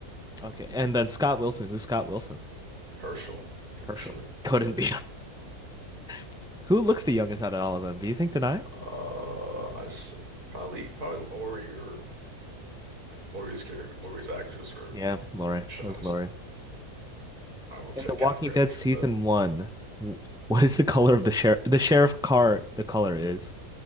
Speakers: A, in the centre; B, on the right.
A: Okay, and then Scott Wilson. Who's Scott Wilson?
B: Herschel, pretty
A: Herschel.
B: sure.
A: Couldn't
B: Yeah.
A: be. <laughs> Who looks the youngest out of all of them? Do you think Denai?
B: Uh, I s- probably probably Lori or. Laurie's character, Laurie's actress, or
A: Yeah, Laurie.
B: Sean's.
A: That was Laurie.
B: I will take
A: In The Walking
B: half credit
A: Dead
B: for
A: season
B: that.
A: one, w- what is the color of the sheriff? The sheriff car, the color is